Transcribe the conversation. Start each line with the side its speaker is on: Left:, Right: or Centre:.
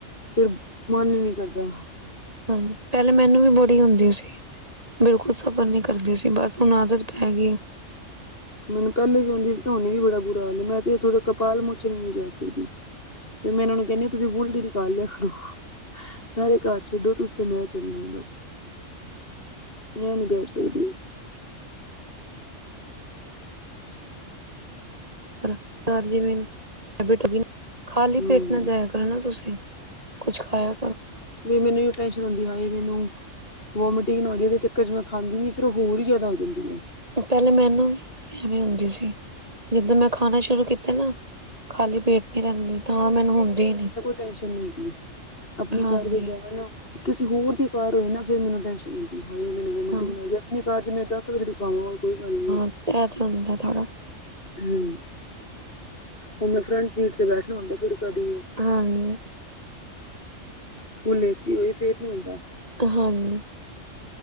Left: ਫੇਰ ਮਨ ਈ ਨੀ ਕਰਦਾ।
Right: ਹਾਂਜੀ ਮੈਨੂੰ ਵੀ ਬੜੀ ਹੁੰਦੀ ਸੀ ਬਿਲਕੁਲ ਸਫਰ ਨੀ ਕਰਦੀ ਸੀ ਬਸ, ਹੁਣ ਆਦਤ ਪੈ ਗਈਏ।
Left: ਮੈਨੂੰ ਪੈਲੇ ਵੀ ਆਂਦੀ ਸੀ ਤੇ ਹੁੰਨ ਵੀ ਬੜਾ ਬੁਰਾ ਹਾਲ ਏ। ਮੈਂ ਤੇ ਏਥੋਂ ਤਕ ਕਪਾਲ ਮੋਚਨ ਵੀ ਨੀਂ ਜਾ ਸਕਦੀ। ਫੇਰ ਮੈਂ ਏਨਾਂ ਨੂੰ ਕੈਂਨੀ ਆਂ, ਤੁਸੀਂ ਬੁਲਟ ਈ ਨਿਕਾਲ ਲਿਆ ਕਰੋ। ਸਾਰੇ ਘਰ ਛੱਡੋ, ਤੁਸੀ ਤੇ ਮੈਂ ਚੱਲਨੇ ਆਂ ਬਸ। ਮੈਂ ਨੀਂ ਬੈਠ ਸਕਦੀ।
Right: ਹਾਂ, ਜਿਵੇ ਹੈਬਿਟ ਹੋ ਗਈ ਨਾਂ ਖਾਲੀ
Left: ਹੂੰ।
Right: ਪੇਟ ਨਾ ਜਾਯਾ ਕਰੋ। ਕਰੋ ਨਾ ਤੁਸੀਂ, ਕੁੱਛ ਖਾਯਾ
Left: ਵੀ ਮੈਨੂੰ ਏਈਓ ਟੈਸ਼ਨ ਹੁੰਦੀ ਹਾਏ! ਮੈਨੂੰ ਵੋਮੀਟਿੰਗ ਨਾ ਹੋ ਜਾਵੇ ਏਦੇ ਚੱਕਰ ਚ ਮੈਂ ਖਾਂਦੀ ਨੀ ਫੇਰ ਓ ਹੋਰ ਈ ਜਾਦਾ ਹੋ ਜਾਂਦੀਏ।
Right: ਪੈਲੇ ਮੈਨੂੰ ਵੀ ਐਵੇਂ ਹੁੰਦੀ ਸੀ ਜਿੱਦਨ ਮੈਂ ਖਾਣਾ ਸ਼ੁਰੂ ਕੀ ਕੀਤਾ ਨਾ, ਖਾਲੀ ਪੇਟ ਨਈਂ ਰੈਂਦੀ ਤਾਂ ਮੈਨੂੰ ਹੁੰਦੀ ਨੀਂ।
Left: ਟੈਸ਼ਨ ਨੀਂ ਹੈਗੀ ਅਪਨੀ
Right: ਹਾਂਜੀ
Left: ਕਾਰ ਵਿੱਚ ਜਾਵਾਂ ਨਾ, ਕਿਸੇ ਹੋਰ ਦੀ ਕਾਰ ਹੋਏ ਨਾ ਫੇਰ ਮੈਨੂੰ ਟੈਸ਼ਨ ਹੁੰਦੀ। ਹਾਂ, ਮੈਨੂੰ ਜੇ ਵੋਮਟਿੰਗ
Right: ਹਾਂ
Left: ਆ ਜਏ, ਅਪਨੀ ਕਾਰ 'ਚ ਮੈਂ ਦਸ ਵਾਰੀ ਰੁਕਾਵਾਂ। ਕੋਈ ਗੱਲ ਨੀ, ਹਾਂ।
Right: ਇਹ ਤੇ ਹੁੰਦਾ ਥੋੜਾ
Left: ਹੂੰ, ਉਹ ਮੈਂ ਫਰੰਟ ਸੀਟ 'ਤੇ ਬੈਠਨਾ ਹੁੰਦੈ, ਫਿਰ ਕਦੀ।
Right: ਹਾਂਜੀ।
Left: ਫੁੱਲ ਏ, ਸੀ, ਹੋਏ, ਫੇਰ ਨੀ ਹੁੰਦਾ।
Right: ਤਾਂ ਹਾਂਜੀ।